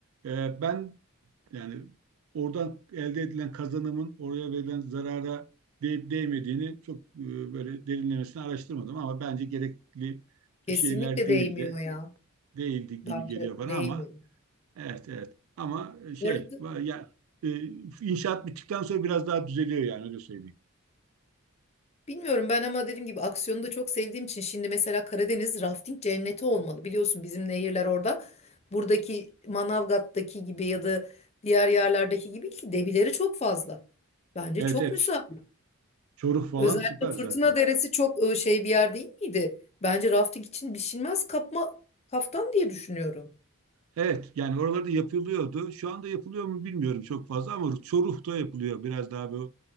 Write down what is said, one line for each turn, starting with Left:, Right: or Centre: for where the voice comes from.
Right: E, ben yani oradan elde edilen kazanımın oraya verilen zarara değip değmediğini çok e, böyle derinlemesine araştırmadım ama bence gerekli
Left: Kesinlikle
Right: bir şeyler değildi.
Left: değmiyor ya.
Right: Değildi gibi
Left: Bence
Right: geliyor bana
Left: değmiyor.
Right: ama Evet, evet. Ama e, şey,
Left: Bu arada
Right: va- ya, e, inşaat bittikten sonra biraz daha düzeliyor yani öyle söyleyeyim.
Left: Bilmiyorum ben ama dediğim gibi aksiyonu da çok sevdiğim için şimdi mesela Karadeniz rafting cenneti olmalı. Biliyorsun bizim nehirler orada. Buradaki Manavgat'taki gibi ya da diğer yerlerdeki gibi ki debileri çok fazla. Bence
Right: Evet,
Left: çok
Right: evet.
Left: müsait.
Right: Ç- Çoruh falan
Left: Özellikle
Right: süper zaten.
Left: Fırtına Deresi çok e, şey bir yer değil miydi? Bence rafting için biçilmez kapma kaftan diye düşünüyorum.
Right: Evet, yani oralarda yapılıyordu. Şu anda yapılıyor mu bilmiyorum çok fazla ama Çoruh'ta yapılıyor. Biraz daha bu